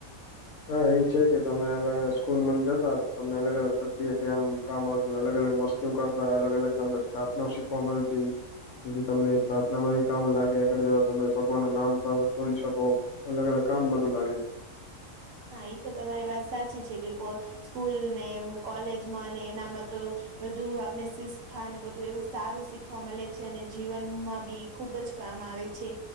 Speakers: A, on the left (about 70°); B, on the right (about 70°).
A: હા એ છે કે તમે અલગ સ્કૂલમા ને જતા તમને અલગ- અલગ પ્રક્રિયા કે આમ કામ આવતી અલગ-અલગ વસ્ત હુ કરતા અલગ-અલગ તમને પ્રાર્થનાઓ શીખવા મળતી. જેથી તમને એ પ્રાર્થના બધી બી કામ લાગે આગળ જતા તમે ભગવાન નું નામ પણ બોલી શકો. અલગ-અલગ કામ બધું લાગે.
B: હા એ તો તમારી વાત સાચી છે કે કો સ્કૂલને, કોલેજમાં અને એનામાં તો બધું આપને શિસ્થાને બધું એવું સારું શીખવા મળે છે અને જીવનમાં બી ખુબ જ કામ આવે છે.